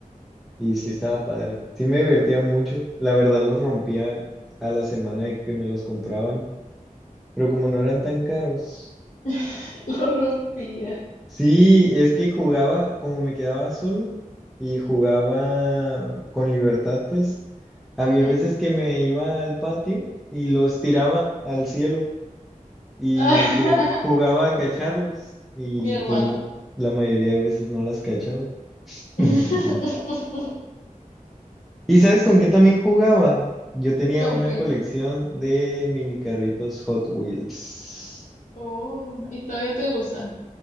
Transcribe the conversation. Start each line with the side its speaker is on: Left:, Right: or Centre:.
Centre: Y sí estaba padre. Sí me divertía mucho. La verdad los rompía a la semana de que me los compraban. Pero como no eran tan caros.
Left: <laughs> lo rompía.
Centre: Sí, es que jugaba, como me quedaba solo y jugaba con libertad, pues había
Left: Ujú.
Centre: veces que me iba al patio y los tiraba al cielo y
Left: <laughs>
Centre: ju- jugaba a cacharlos y
Left: Mi hermano.
Centre: pues no, la mayoría de veces no las cachaba. <laughs>
Left: <laughs>
Centre: ¿Y sabes con qué también jugaba? Yo tenía
Left: ¿Con
Centre: una
Left: qué?
Centre: colección de mini carritos Hot Wheels.
Left: Oh, y todavía te usa.